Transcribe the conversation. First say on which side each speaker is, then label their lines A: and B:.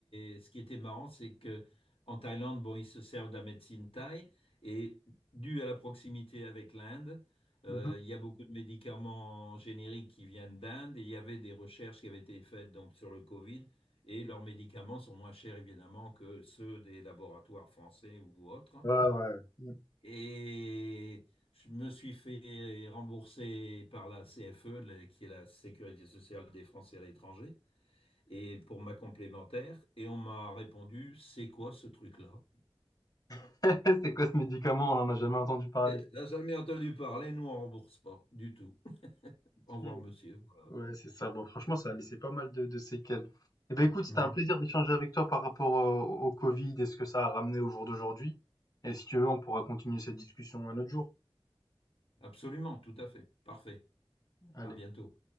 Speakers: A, on the left; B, on the left.
A: et ce qui était marrant, c'est que en Thaïlande, bon, ils se servent de la médecine thaï et dû à la proximité avec l'Inde, euh,
B: Mhm.
A: il y a beaucoup de médicaments génériques qui viennent d'Inde et il y avait des recherches qui avaient été faites donc sur le Covid et leurs médicaments sont moins chers évidemment que ceux des laboratoires français ou autres.
B: Ouais, ouais.
A: Et je me suis fait rembourser par la CFE, le- qui est la Sécurité sociale des Français à l'étranger et pour ma complémentaire, et on m'a répondu, c'est quoi ce truc-là?
B: <laughs> C'est quoi ce médicament? On en a jamais entendu parler.
A: Eh, N'a jamais entendu parler, nous on rembourse pas du tout. <laughs> Au revoir,
B: Ok.
A: monsieur. Voilà.
B: Ouais, c'est ça. Bon, franchement, ça a laissé pas mal de, de séquelles. Eh ben, écoute, c'était
A: Mm.
B: un plaisir d'échanger avec toi par rapport au, au Covid et ce que ça a ramené au jour d'aujourd'hui. Et si tu veux, on pourra continuer cette discussion un autre jour.
A: Absolument, tout à fait. Parfait.
B: Allez.
A: À bientôt.